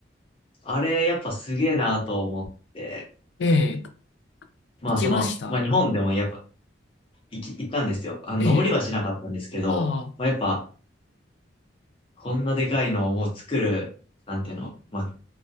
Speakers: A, on the left (about 30°); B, on the left (about 70°).
A: あれ、やっぱすげえなと思って、
B: ええ、
A: まあその、
B: 行きました。
A: まあ日本でもやっぱ
B: あ、
A: 行き、行ったんですよ。あの、
B: ええ、
A: 登りはしなかったんですけど、
B: ああ、
A: まあやっぱ、こんなでかいのをもう作る、なんていうの、まあ、